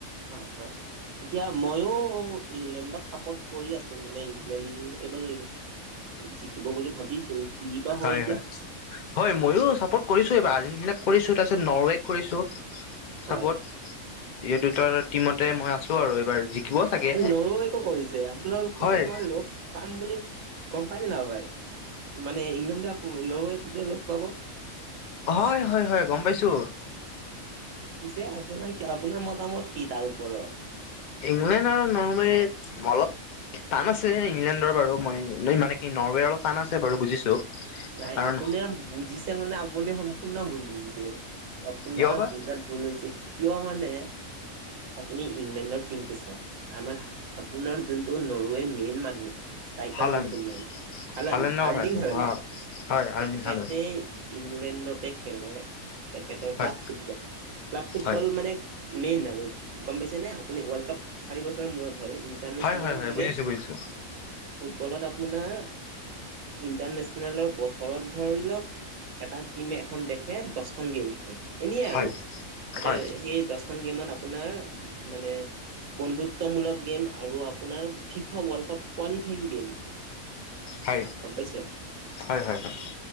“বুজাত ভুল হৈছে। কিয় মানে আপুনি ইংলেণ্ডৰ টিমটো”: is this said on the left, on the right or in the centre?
Right